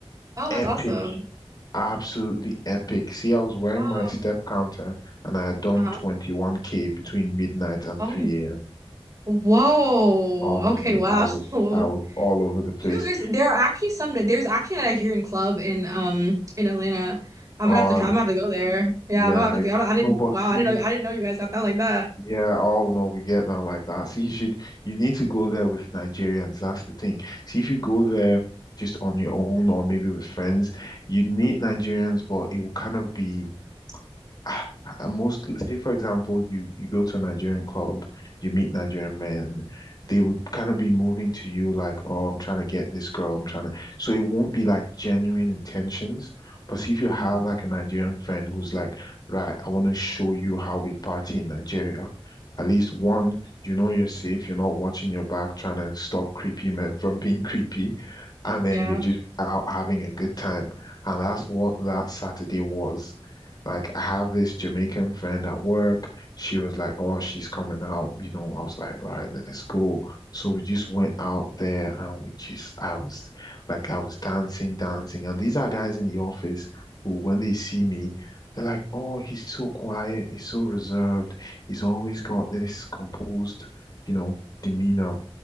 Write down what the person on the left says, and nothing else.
Epic.
Absolutely epic. See, I was wearing
my step counter and I had done
21K between midnight and
3 a.m.
Honestly,
I was
I was all over the place.
Oh,
yeah,
I
no, but
see,
Yeah, all know we get down like that. See, you should you need to go there with Nigerians. That's the thing. See, if you go there just on your own or maybe with friends, you'd meet Nigerians, but it will kind of be <sighs> uh, most say for example you you go to a Nigerian club you meet Nigerian men they would kind of be moving to you like oh I'm trying to get this girl I'm trying to so it won't be like genuine intentions but see if you have
like a Nigerian friend who's like right I want to show you how we party in Nigeria at least
one you know you're safe you're not watching your back trying to stop creepy men <laughs> from being creepy and
then
you're just out having a good time and that's what that Saturday was like I have this Jamaican friend at work. She was like, "Oh, she's coming out." You know, I was like, "Right, let's go." So we just went out there, and we just, I was like, I was dancing, dancing. And these are guys in the office who, when they see me, they're like, "Oh, he's so quiet. He's so reserved. He's always got this composed, you know, demeanor."